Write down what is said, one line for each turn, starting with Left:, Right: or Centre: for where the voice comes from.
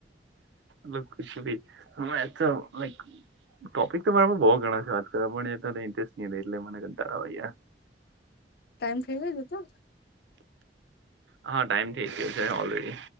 Right: બ કછ ભી હ તો લક ટોપિક તો મારામાં બહુ ઘણા છે વાત કર પણ એ ઇન્ટરેસ્ટ નહી રહે એટલે મને ઘંટારાવા
Left: ટાઈમ થઈ જજ તો
Right: હા ટાઈમ થઇ ગયો છે ઓલરેડી